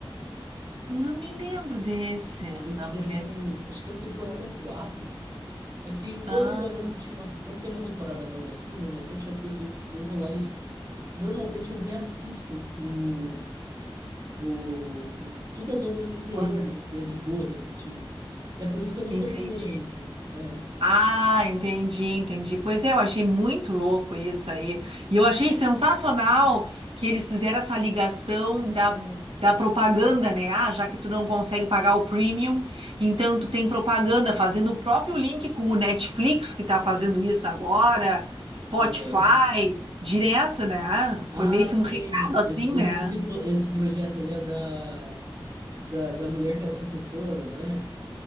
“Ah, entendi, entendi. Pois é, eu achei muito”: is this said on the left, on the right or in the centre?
Right